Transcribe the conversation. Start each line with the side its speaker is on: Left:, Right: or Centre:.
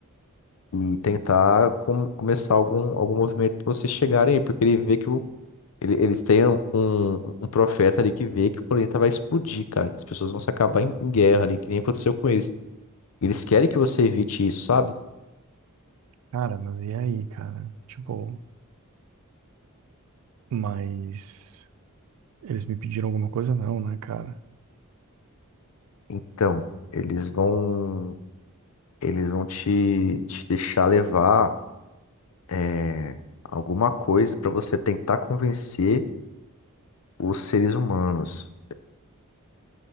Left: e tentar com- começar algum, algum movimento para vocês chegarem aí, porque ele vê que o- ele- eles têm um, um profeta ali que vê que o planeta vai explodir, cara, que as pessoas vão se acabar em, em guerra ali, que nem aconteceu com eles. Eles querem que você evite isso, sabe?
Right: Cara, mas e aí, cara? Tipo, mas eles me pediram alguma coisa? Não, né, cara?
Left: Então, eles vão, eles vão te, te deixar levar é, alguma coisa para você tentar convencer os seres humanos.